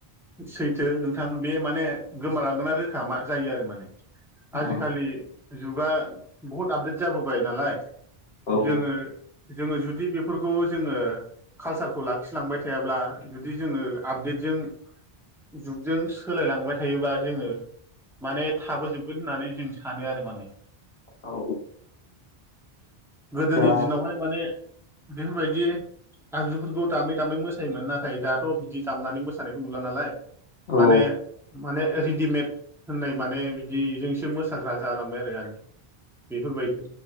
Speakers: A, in the centre; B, on the left (about 75°).
A: सैथो नोंथां बे माने गोमालांगोन ना रोखा मा जायो आरो माने। आजिखालि
B: औ
A: जुगा बहुद आपदेट जाबोबाय नालाय।
B: औ
A: जोङो जोङो जुदि बेफोरखौ जोङो कालसारखौ लाखिलांबाय थायाब्ला जुदि जोङो आपदेटजों जुगजों सोलायलांबाय थायोबा जोङो माने थाबोजोबगोन होननानै जों सानो आरो माने
B: औ
A: गोदोनि
B: दा
A: दिनावहाय माने बेफोरबायदि आगजुफोर खौ दामै दामै मोसायोमोन ना थाय दाथ' बिदि दामनानै मोसानाय नुला नालाय
B: औ
A: माने माने रेडिमेड होननाय माने बिदिजोंसो मोसाग्रा जालांबाय आरो <unintelligible> बेफोरबायदि